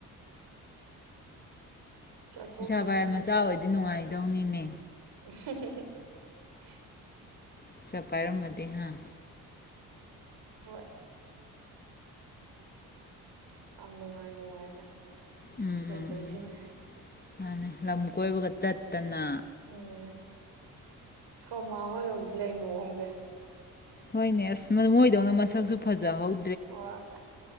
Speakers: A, on the right; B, on the left.
A: ꯆꯠꯊꯣꯛ
B: ꯄꯩꯁꯥꯚꯥꯏ
A: ꯆꯠꯁꯤꯟꯗꯤ
B: ꯃꯆꯥ
A: ꯈꯔ
B: ꯑꯣꯏꯗꯤ ꯅꯨꯡꯉꯥꯏ ꯗꯧꯅꯤꯅꯦ
A: <unintelligible>
B: ꯄꯩꯁꯥ ꯄꯥꯏꯔꯝꯃꯗꯤ ꯍꯥꯥ
A: ꯍꯣꯏ ꯌꯥꯝ ꯅꯨꯡꯉꯥꯏ ꯅꯨꯡꯉꯥꯏꯅ
B: ꯎꯝ
A: ꯂꯩꯥꯅꯩꯁꯤꯡꯖꯦ
B: ꯎꯝ ꯎꯝ ꯃꯥꯅꯦ ꯂꯝ ꯀꯣꯏꯕꯒ ꯆꯠ ꯇꯅ
A: ꯎꯝ ꯁꯣꯃꯥ ꯍꯣꯏ ꯍꯧꯖꯤꯛ ꯂꯩ ꯃꯑꯣꯡꯁꯦ
B: ꯍꯣꯏꯅꯦ ꯑꯁ ꯃꯣꯏꯗꯧꯅ ꯃꯁꯛꯁꯨ ꯐꯖꯍꯧ
A: ꯍꯣꯏ